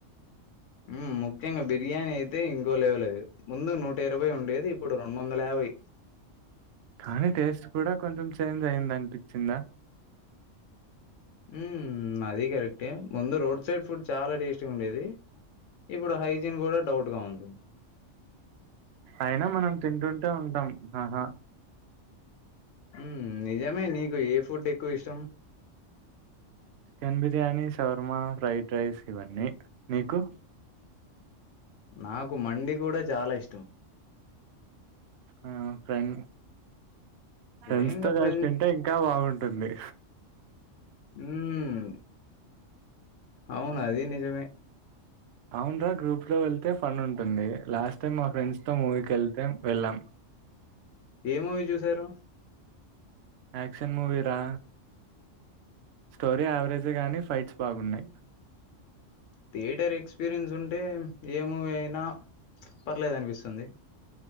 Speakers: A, on the left (about 75°); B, on the right (about 65°).
A: మ్ ముఖ్యంగా బిర్యానీ అయితే ఇంకో లెవలది ముందు నూట ఇరవై ఉండేది ఇప్పుడు రెండు వందల యాభై
B: కానీ టేస్ట్ కూడా కొంచెం చేంజ్ అయిందనిపించిందా
A: ఉ అది కరెక్టే ముందు రోడ్ సైడ్ ఫుడ్ చాలా టేస్టీగా ఉండేది ఇప్పుడు హైజీన్ కూడా డౌట్ గా ఉంది
B: అయినా మనం తింటుంటే ఉంటాం ఆహా
A: ఈ నిజమే నీకు ఏ ఫుడ్ ఎక్కువ ఇష్టం
B: chicken biryani shawarma fried rice ఇవన్నీ నీకు
A: నాకు మండి కూడా చాలా ఇష్టం
B: ఆ ఫెండ్ ఫ్రెండ్స్
A: ఏంకా
B: తో
A: ఫ్రెండ్
B: కలిసి తింటే ఇంకా బాగుంటుంది
A: మ్మ్ అవును అది నిజమే
B: అవున్రా గ్రూప్ లో వెళ్తే ఫన్ ఉంటుంది లాస్ట్ టైమ్ మా ఫ్రెండ్స్ తో మూవీకి వెళ్తే వెళ్ళాం
A: ఏ మూవీ చూసారు
B: యాక్షన్ మూవీరా స్టోరీ యావరేజె గాని ఫైట్స్ బాగున్నాయ్
A: థియేటర్ ఎక్స్పీరియన్స్ ఉంటే ఏ మూవీ అయినా పర్లేదు అనిపిస్తుంది